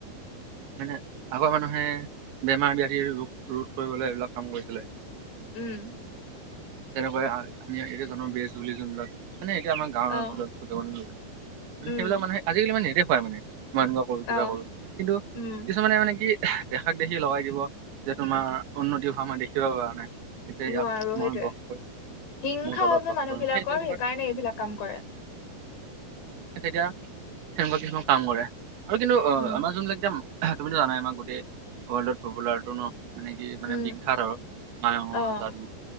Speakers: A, on the right; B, on the left.
A: মানে আগৰ মানুহে বেমাৰ ব্যাধিৰ ৰোগ ৰোধ কৰিবলৈ এইবিলাক কাম কৰিছিলে?
B: উম।
A: তেনেকৈ আমি এইয়া জানো বে। জুলি জলাত। মানে এতিয়া আমাৰ গাওঁৰ
B: আহ
A: অঞ্চল চকে লোক মানে
B: উম
A: সেইবাক মানহে আজিকালি মানে নেদেখো? হয় মানে। মই এনেকুৱা কৰো কিবা
B: আহ
A: কৰো কিন্তু
B: উম
A: কিছুমানে মানে কি? দেখাক দেখি লগাই দিব যে তোমাৰ উন্নতি হোৱা মই দেখিব পৰা নাই? এতিয়া
B: নোৱাৰো
A: ইয়াক মই
B: সেইটয়ে
A: বস কৰিম
B: হিংসা
A: মোৰ দলত
B: যে মান।
A: বস
B: মানুহ
A: কৰিম
B: বিলাকৰ
A: সেই তেনেকুৱাত
B: সেইকাৰণে এইবিলাক কাম কৰে?
A: তেতিয়া সেনেকুৱা কিছুমান কাম কৰে? আৰু কিন্তু
B: উম
A: আমাৰ জোনবিলাক মানুহ? তুমিতো জানাই আমাৰ গোটেই ৱৰ্ল্ডত পপুলাৰটো ন। মানে কি মানে
B: উম
A: বিখ্যাত আৰু মায়ঙৰ
B: অ
A: যাদু